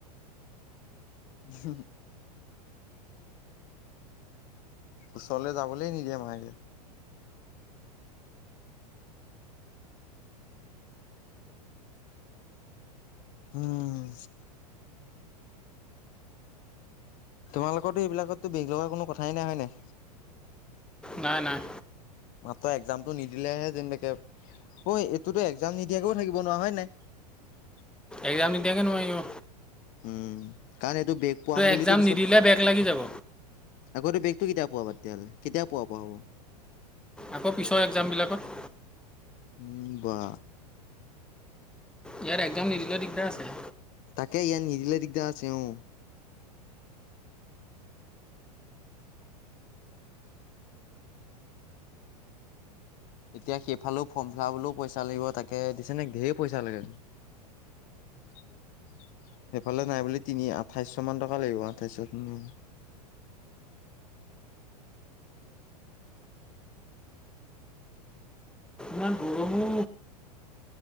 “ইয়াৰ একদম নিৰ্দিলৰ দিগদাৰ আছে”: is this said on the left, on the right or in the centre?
Centre